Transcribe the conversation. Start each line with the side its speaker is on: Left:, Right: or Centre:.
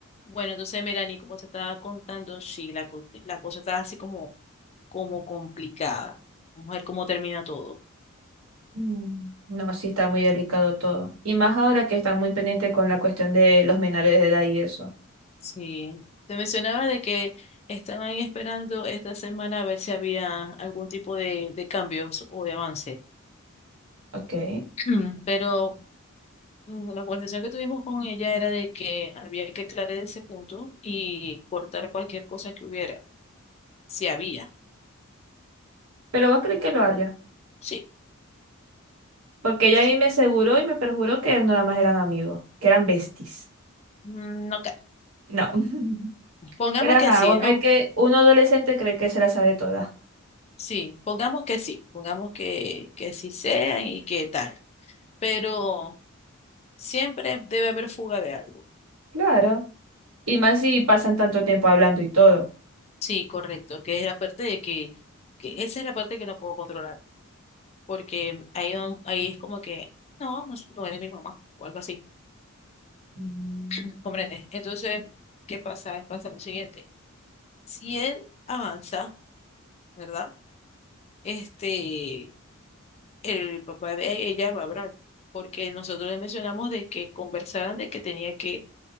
Left: Bueno, entonces, mira, ni como te estaba contando, sí, la, co- la cosa está así como, como complicada. Vamos a ver cómo termina todo.
Right: Mm, No, sí está muy delicado todo. Y más ahora que está muy pendiente con la cuestión de los menores de edad y eso.
Left: Sí. Te mencionaba de que estaban esperando esta semana a ver si había algún tipo de, de cambios o de avance.
Right: Ok.
Left: Mm, Pero mm, la conversación que tuvimos con ella era de que había que aclarar ese punto y cortar cualquier cosa que hubiera, si había.
Right: Pero vos crees
Left: O-
Right: que lo haya.
Left: sí,
Right: Porque
Left: yo
Right: ella
Left: sí.
Right: a mí me aseguró y me perjuró que no nada más eran amigos, que eran besties.
Left: Mm, No, ca-
Right: No. <laughs>
Left: pongamos
Right: Pero ajá,
Left: que sí,
Right: vos crees
Left: ¿no?
Right: que un adolescente cree que se la sabe toda.
Left: Sí, pongamos que sí, pongamos que, que sí sean y que tal, pero siempre debe haber fuga de algo.
Right: Claro. Y más si pasan tanto tiempo hablando y todo.
Left: Sí, correcto, que es la parte de que, que esa es la parte que no puedo controlar, porque ahí, no- ahí es como que, no, no, s- no eres mi mamá o algo así,
Right: Mm,
Left: <clears throat> ¿comprendes? Entonces, ¿qué pasa? Pasa lo siguiente, si él avanza, ¿verdad? Este, el papá de ella va a hablar, porque nosotros le mencionamos de que conversaran de que tenía que